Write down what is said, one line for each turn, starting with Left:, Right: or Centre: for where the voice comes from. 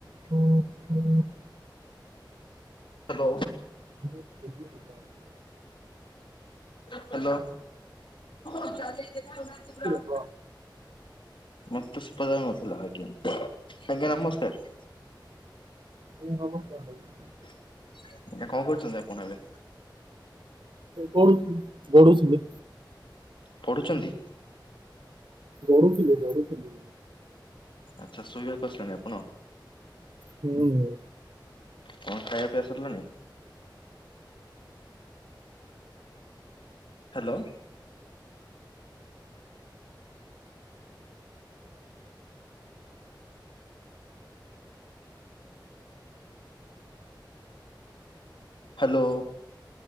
Right: ହ ହୋ
Left: ହ୍ୟାଲୋ।
Right: ଶୁଭୁଚିରେ
Left: ହ୍ୟାଲୋ। <unintelligible>
Right: କହ
Left: ମତେ ସୁଭା ଯାଉନଥିଲା ଆଜ୍ଞା ଆଜ୍ଞା ନମସ୍କାର।
Right: ହୁଁ ନମସ୍କାର ଭାଇ।
Left: ଆଜ୍ଞ କଣ କରୁଛନ୍ତି ଆପଣ ଏବେ?
Right: ଗଡୁଥିଲି ଗଢୁଥିଲି।
Left: ପଢୁଛନ୍ତି?
Right: ଗଡୁ ଥିଲି ଗଡୁ ଥିଲି।
Left: ଆଚ୍ଛା ଶୋଇବା ଆସିଲେଣି ଆ
Right: ହୁଁ।
Left: କଣ ଖାଇବା ପିଇବା ସରିଲାଣିି? ହ୍ୟାଲୋ। ହ୍ୟାଲୋ।